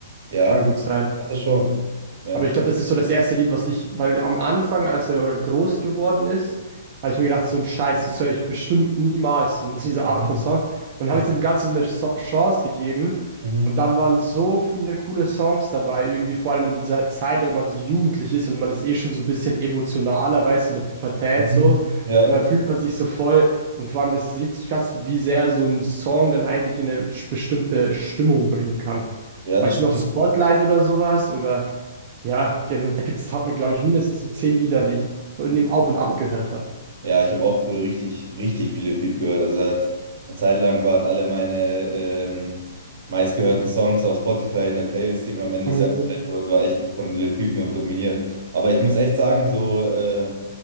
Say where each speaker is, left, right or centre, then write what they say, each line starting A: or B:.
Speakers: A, on the right (about 60°); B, on the right (about 35°).
A: ja,
B: Kann gut sein.
A: macht er schon. Ja.
B: Aber ich glaube, das ist so das erste Lied, was ich, weil am Anfang, als er groß geworden ist, habe ich mir gedacht, so ein Scheiß, das höre ich bestimmt niemals, so diese
A: Mhm.
B: Art von Songs. Dann
A: Mhm.
B: habe ich dem Ganzen eine So- Chance gegeben
A: Mhm.
B: und dann waren so viele coole Songs dabei, irgendwie vor allem in dieser Zeit, wenn man so jugendlich ist und man ist eh schon so ein bisschen emotionaler, weißt du, in der Pubertät
A: Mhm.
B: so.
A: Ja.
B: Und dann fühlt man sich so voll und vor allem, das ist richtig krass, wie sehr so ein Song dann eigentlich in eine bestimmte Stimmung bringen kann.
A: Ja,
B: Weißt
A: das stimmt.
B: du noch, Spotlight oder sowas oder... Ja, genau, da gibt es, glaube ich, mindestens so zehn Lieder, die ich in dem Auf und Ab gehört habe.
A: Ja, ich habe auch früher richtig, richtig viel Lil Peep gehört. Also, er hat, eine Zeit lang waren alle meine ähm, meistgehörten Songs auf Spotify in der Playlist, die immer am Ende
B: Mhm.
A: des Jahres gestellt wurde, war echt von Lil Peep immer dominiert. Aber ich muss echt sagen, so. Äh,